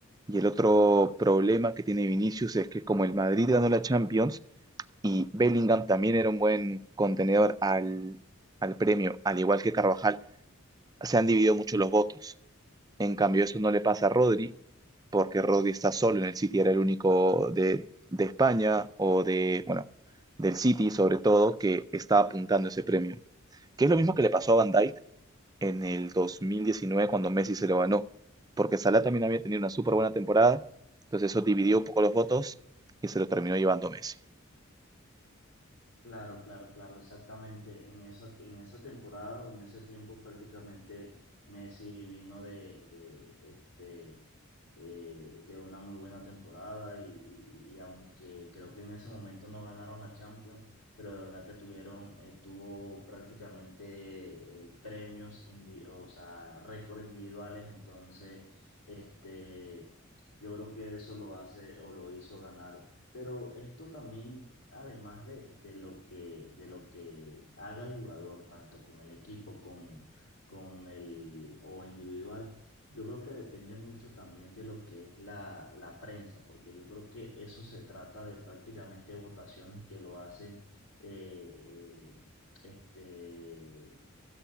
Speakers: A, on the right; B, on the left.
A: Y el otro problema que tiene Vinicius es que como el Madrid ganó la Champions, Y Bellingham también era un buen contenedor al, al premio, al igual que Carvajal. Se han dividido mucho los votos. En cambio, eso no le pasa a Rodri, porque Rodri está solo en el City, era el único de, de España o de, bueno, del City sobre todo, que está apuntando ese premio. Que es lo mismo que le pasó a Van Dijk en el 2019 cuando Messi se lo ganó, porque Salah también había tenido una súper buena temporada, entonces eso dividió un poco los votos y se lo terminó llevando Messi.
B: Claro, claro, claro, exactamente. En esa, en esa temporada o en ese tiempo prácticamente Messi vino de, de, este, eh, de una muy buena temporada y, y- y aunque creo que en ese momento no ganaron la Champions, pero de verdad que tuvieron, eh, tuvo prácticamente eh, premios, indi- o sea, récords individuales, entonces, este, yo creo que eso lo hace o lo hizo ganar pero esto también, además de, de lo que, de lo que haga el jugador, tanto con el equipo, con, con el o individual, yo creo que depende mucho también de lo que es la, la prensa, porque yo creo que eso se trata de prácticamente votaciones que lo hacen eh, este,